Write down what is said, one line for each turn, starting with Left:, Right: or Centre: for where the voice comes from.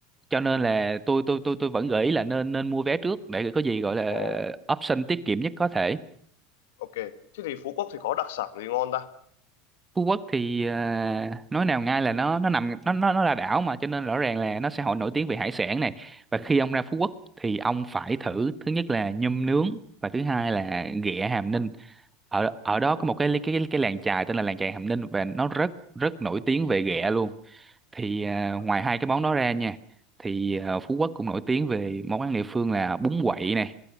Right: cho nên là tôi tôi tôi tôi vẫn gợi ý là nên nên mua vé trước để có gì gọi là
Left: Ồ.
Right: option tiết kiệm nhất có thể
Left: ok thế thì Phú Quốc thì có đặc sản gì ngon ta
Right: Phú Quốc thì ờ, nói nào ngay là nó nó nằm nó nó nó là đảo mà cho nên rõ ràng là nó sẽ hội nổi tiếng về hải sản này và khi ông ra Phú Quốc thì ông phải thử thứ nhất là nhum nướng và thứ hai là ghẹ Hàm Ninh ở ở đó
Left: ừ,
Right: có một cái
Left: ừ,
Right: cái cái làng chài tên là làng chài Hàm Ninh và nó rất rất nổi tiếng về ghẹ luôn thì ờ,
Left: ừ.
Right: ngoài hai cái món đó ra nha thì ờ, Phú Quốc cũng nổi tiếng về món ăn địa phương là bún quậy này